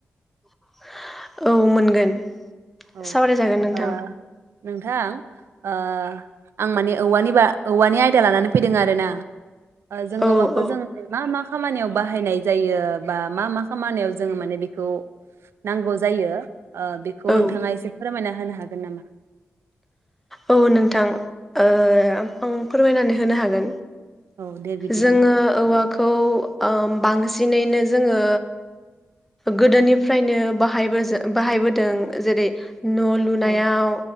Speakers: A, in the centre; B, on the right.
A: <inaudible> औ मोनगोन
B: औ
A: सावरायजागोन नोंथां
B: ओ नोंथां ओ आं माने औवानि बा औवानि आयदा लानानै फैदों आरो ना ओ जों
A: औ
B: औवाखौ
A: औ
B: जों मा मा खामानियाव बाहायनाय जायो बा मा मा खामानियाव जों माने बेखौ नांगौ जायो ओ बेखौ
A: औ
B: नोंथाङा एसे फोरमायना होनो हागोन नामा?
A: औ नोंथां ओ आं फोरमायनानै होनो हागोन।
B: औ दे बिदिब्ला
A: जोङो औवाखौ ओ बांसिन बांसिनैनो जोङो गोदोनिफ्रायनो बाहायबोजो बाहायबोदों जेरै न लुनायाव
B: औ